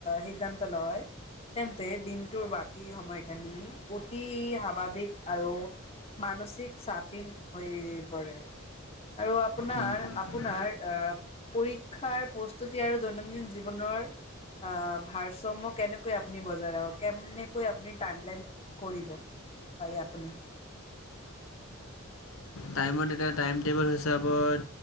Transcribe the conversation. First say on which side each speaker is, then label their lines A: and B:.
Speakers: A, on the left; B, on the left.
A: সিদ্ধান্ত লয় তেন্তে দিনটোৰ বাকী বাকী সময়খিনি অতি স্বাভাৱিক আৰু মানসিক চাপিন হৈ পৰে। আৰু আপোনাৰ-আপোনাৰ
B: উম, হুম। হুম
A: আহ পৰীক্ষাৰ প্ৰস্তুতি আৰু দৈনন্দিন জীৱনৰ অ! ভাৰসাম্য কেনেকৈ আপুনি বজাৰ আৰু কেনে কৈ আপুনি টাইমলাইন কৰিব পাৰে আপুনি।
B: টাইমত এটা টাইম টেবুল হৈছে হিচাপত